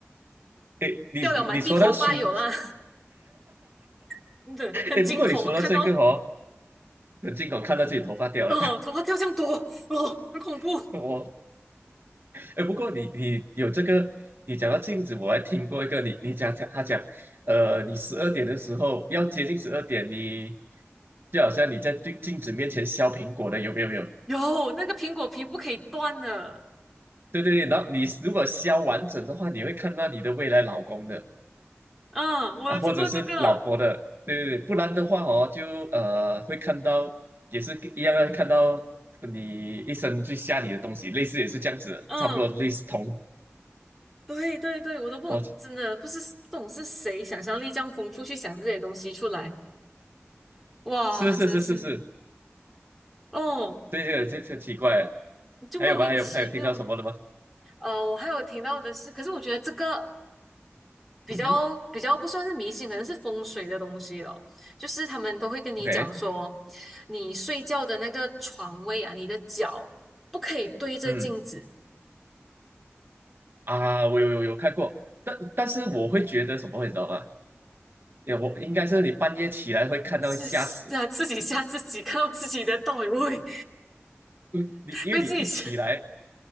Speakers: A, on the right; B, in the centre.
A: 诶，你你你说到书，
B: 掉了满地头发有啦，<laughs> 真的很惊恐，
A: 诶，不过你说到这个哦，
B: 我看到
A: 很惊恐，看到自己头发掉了，
B: 哦头发掉这样多哦，很恐怖。
A: <laughs> 我哎，不过你你有这个，你讲到镜子，我还听过一个，你你讲讲他讲，呃，你十二点的时候要接近十二点，你就好像你在对镜子面前削苹果的，有没有？没有？
B: 有那个苹果皮不可以断的。
A: 对对对，然后你如果削完整的话，你会看到你的未来老公的
B: 嗯，我有听过这个，
A: 啊，或者是老婆的，对对对，不然的话哦，就呃会看到也是一样的，看到你一生最下你的东西，类似也是这样子的差不多类似同，
B: 嗯，对对对，我都不懂，
A: 我
B: 真的不是不懂是谁想象力这样丰富去想这些东西出来，哇，
A: 是是是是是，
B: 真的是，哦，
A: 对这个这很奇怪。
B: 就莫名其妙。
A: 还有吗？还有还有听到什么的吗？
B: 呃，我还有听到的是，可是我觉得这个比较比较不算是迷信，
A: 嗯哼
B: 可能是风水的东西了，就是他们都会跟你讲说，
A: ，OK，
B: 你睡觉的那个床位啊，你的脚不可以对着镜子。
A: 嗯啊，我有有有看过，但但是我会觉得什么，你知道吗？呀，我应该是你半夜起来会看到吓死，
B: <laughs> 是是啊，自己吓自己，看到自己的倒影，<laughs> 会
A: 因为你因为你一起来，
B: 被自己吓